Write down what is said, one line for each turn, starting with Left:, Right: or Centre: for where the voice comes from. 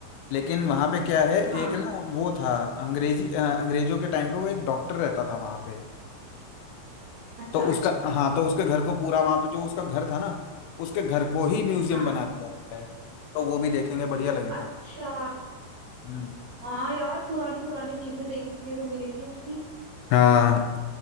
Left: लेकिन वहाँ पे क्या है
Right: हाँ
Left: एक ना वो था अंग्रेजी अ, अंग्रेजों के टाइम पे वो एक डॉक्टर रहता था वहाँ पे
Right: अच्छा
Left: तो उसका हाँ तो उसके घर को पूरा वहाँ पे जो उसका घर था ना उसके घर को ही म्यूजियम
Right: हाँ
Left: बना दिया गया है तो वो भी देखेंगे बढ़िया लगेगा
Right: अच्छा
Left: हम्म
Right: हाँ यार पुरानी पुरानी चीजें देखने को मिलेंगी उसकी
Left: हाँ